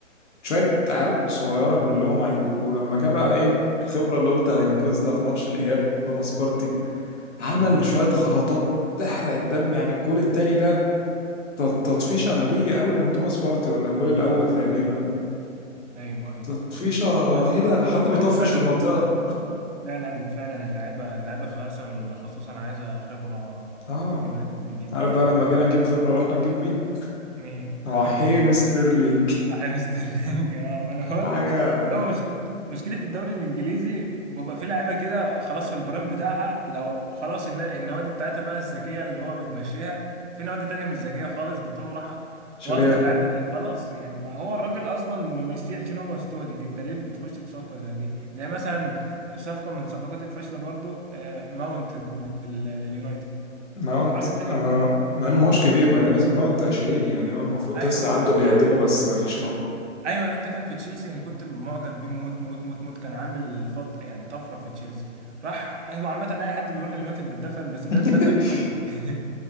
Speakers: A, on the left; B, on the right.
A: شوية عيال صغيرة كلهم عايز... ولما جه بقى ايه الخبرة اللي قلت هينقذنا في ماتش الإياب توماس بارتي عمل
B: اه
A: شوية غلطات تحرق الدم يعني الجول التاني ده ت- تطفيشة غبية قوي من توماس بارتي ولا الجول الأول
B: ايوه
A: تقريبا
B: ايوه ايوه ايوه
A: تطفيشة
B: لا، بس
A: ايه
B: هو
A: ده
B: هو
A: حد
B: هو
A: بيطفش
B: فعلا
A: في المنطقة
B: فعلا فعلا اللعيبه اللعيبه في الارسنال خصوصا عايزه خبره
A: اه
B: كبيره جدا جدا
A: عارف
B: جدا
A: بقى لما
B: يعني
A: جينا نجيب خبرة رحنا نجيب مين
B: مين <laughs>
A: رحيم ستيرلينج
B: راح ستيرلينج <laughs> اه انا بقول
A: <laughs> حاجة
B: لك هو مشك... مشكله الدوري الانجليزي بيبقى فيه لعيبه كده خلاص في البرايم بتاعها لو خلاص النا- النوادي بتاعتها بقى الذكيه اللي هو بتمشيها في نوادي تانية مش ذكيه خالص بتقوم رايحه
A: شريعة
B: واخده اللعيبه دي خلاص يعني ما هو الراجل اصلا ممشيه عشان هو مستهلك انت ليه بتخش في صفقه زي دي زي مثلا صفقه من صفقات الفاشله برضو آه، ماونت لل- لليونايتد
A: ماونت
B: الراجل ده
A: آه
B: كان في
A: مع انه ماهوش كبير مع ان لسه ماونت 20 يعني هو المفروض
B: ايوه
A: لسه عنده
B: ما-
A: اللي يقدمه
B: ال...
A: بس مفيش خان
B: ال... ايوه الواد ده كان في تشيلسي انا كنت معجب بيه موت موت موت موت كان عامل فط يعني طفره في تشيلسي راح هو عامه اي حد بيروح اليونايتد بيتدفن بس ده
A: <laughs>
B: اتدفن قوي <laughs>